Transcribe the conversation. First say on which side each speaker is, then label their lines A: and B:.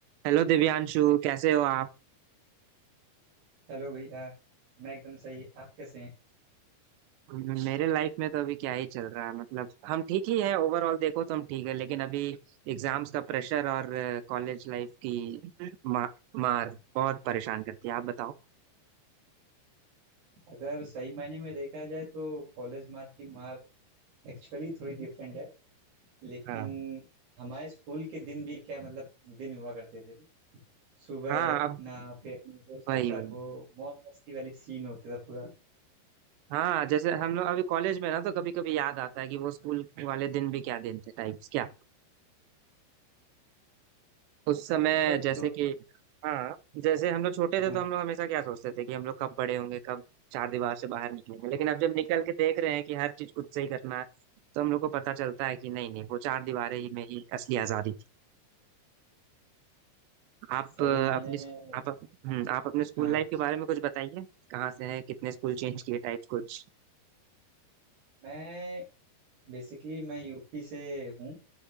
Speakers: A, on the right; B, on the right.
A: Hello Divyanshu कैसे हो आप
B: Hello भैया मैं एकदम सही आप कैसे हैं
A: मेरे लाइफ में तो अभी क्या ही चल रहा है मतलब हम ठीक ही है ओवरऑल देखो तो हम ठीक है लेकिन अभी एग्जाम्स का प्रेशर और कॉलेज लाइफ की मा, मार बहुत परेशान करती है आप बताओ
B: अगर सही मायने में देखा जाए तो कॉलेज मार्क की मार एक्चुअली थोड़ी डिफरेंट है लेकिन
A: हाँ
B: हमारे स्कूल के दिन भी क्या मतलब दिन हुआ करते थे ना सुबह
A: हाँ अब
B: उठना फिर अपने दोस्तों
A: वही
B: के साथ
A: वही
B: वो मौज मस्ती वाली सीन होता था पूरा
A: हाँ जैसे हम लोग अभी कॉलेज में ना तो कभी कभी याद आता है कि वो स्कूल वाले दिन भी क्या दिन थे टाइप्स क्या उस समय
B: मतलब
A: जैसे
B: दोस्तों
A: कि हाँ जैसे हम लोग छोटे थे
B: हाँ
A: तो हम लोग हमेशा क्या सोचते थे कि हम लोग कब बड़े होंगे कब चार दीवार से बाहर निकलेंगे लेकिन अब जब निकल के देख रहे हैं कि हर चीज खुद से ही करना है तो हम लोग को पता चलता है कि नहीं नहीं वो चार दीवारें ही में ही असली आजादी थी आप
B: सही
A: अ,
B: मायने
A: अपनी
B: में
A: आप अप- हम्म, आप अपने स्कूल
B: हाँ
A: लाइफ के बारे में कुछ बताइए कहाँ से हैं कितने स्कूल चेंज किए टाइप्स कुछ
B: मैं बेसिकली मैं यूपी से हूँ